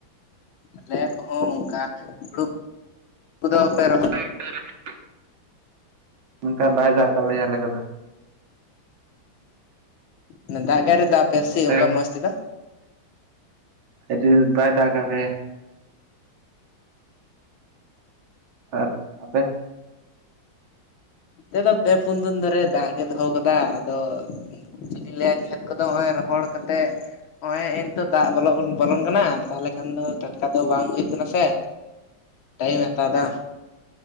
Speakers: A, on the left; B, on the right.
A: ᱟᱞᱮ ᱠᱚᱦᱚᱸ ᱚᱝᱠᱟ ᱦᱩᱲᱩ ᱠᱚᱫᱚᱯᱮ ᱨᱚᱦᱚᱭ
B: <unintelligible> ᱱᱚᱝᱠᱟ ᱵᱟᱭ ᱫᱟᱜ ᱠᱟᱫ ᱞᱮᱭᱟ ᱟᱞᱮ ᱠᱚᱫᱚ᱾
A: ᱢᱟᱱᱮ ᱫᱟᱜ ᱜᱮ ᱟᱭᱨᱤ ᱫᱟᱜ ᱟᱯᱮᱣᱟᱭ ᱥᱤ
B: ᱟᱯᱮ
A: ᱚᱱᱠᱟ ᱢᱚᱸᱡᱽ ᱛᱮᱫᱚ᱾
B: ᱟᱹᱰᱤ ᱫᱤ ᱵᱟᱭ ᱫᱟᱜ ᱠᱟᱫ ᱞᱮᱭᱟᱭ᱾ ᱟᱨ ᱟᱯᱮ?
A: ᱛᱮᱫ ᱫᱚ ᱯᱮ ᱯᱩᱱ ᱫᱤᱱ ᱫᱷᱚᱨᱮ ᱫᱟᱜ ᱜᱮ ᱫᱚᱦᱚᱣ ᱠᱟᱫᱟ ᱟᱫᱚ ᱪᱮᱫ ᱞᱤᱧ ᱞᱮᱟᱹᱭᱟ ᱠᱷᱮᱛ ᱠᱚᱫᱚ ᱦᱚᱸᱜᱼᱚᱭ ᱨᱚᱦᱚᱲ ᱠᱟᱛᱮᱫ ᱱᱚᱜᱼᱚᱭ ᱱᱤᱛᱚᱜ ᱫᱟᱜ ᱵᱚᱞᱚᱜ ᱵᱚᱞᱚᱱ ᱠᱟᱱᱟ, ᱛᱟᱦᱚᱞᱮ ᱠᱷᱟᱱ ᱫᱚ ᱴᱟᱴᱠᱟ ᱫᱚ ᱵᱟᱝ ᱦᱩᱭᱩᱜ ᱠᱟᱱᱟ ᱥᱮ᱾ ᱴᱟᱭᱢᱮ ᱦᱟᱛᱟᱣ ᱫᱟ᱾